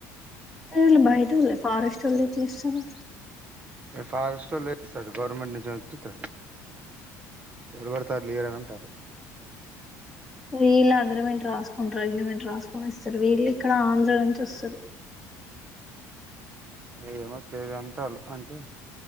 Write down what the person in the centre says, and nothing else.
ఏ బయట వల్లే ఫారెస్ట్ వోల్లు ఎట్లా చేస్తారు.
వీళ్ళు అగ్రిమెంట్ రాసుకుంటారు అగ్రిమెంట్ రాసుకున ఇస్తారు వీళ్ళు ఇక్కడ ఆంధ్ర నుంచి వస్తారు.